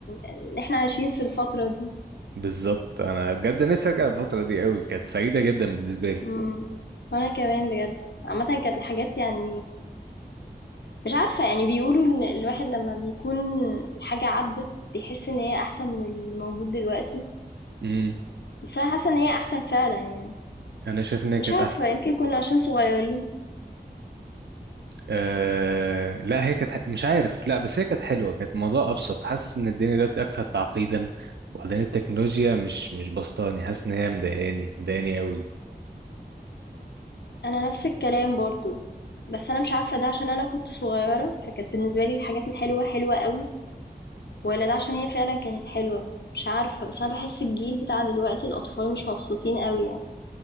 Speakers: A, on the left; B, on the right.
A: ان احنا عايشين في الفترة دي
B: بالظبط انا بجد نفسي ارجع الفتره دي قوي كانت سعيده جدا بالنسبه لي
A: امم وانا كمان بجد عامة كانت الحاجات يعني مش عارفة يعني بيقولوا ان الواحد لما بيكون حاجة عدت بيحس ان هي احسن من اللي موجود دلوقتي
B: امم
A: بس انا حاسة ان هي احسن فعلا يعني
B: انا شايف ان هي
A: مش
B: كانت
A: عارفة
B: احسن
A: يمكن كنا عشان صغيرين
B: آه لا هي كانت ح- مش عارف لا بس هي كانت حلوه كانت الموضوع ابسط حاسس ان الدنيا دلوقتي اكثر تعقيدا وبعدين التكنولوجيا مش مش بسطاني حاسس ان هي مضايقاني مضايقاني قوي
A: أنا نفس الكلام برضه، بس أنا مش عارفة ده عشان أنا كنت صغيرة فكانت بالنسبة لي الحاجات الحلوة حلوة قوي ولا ده عشان هي فعلا كانت حلوة مش عارفة بس أنا بحس الجيل بتاع دلوقتي الأطفال مش مبسوطين قوي يعني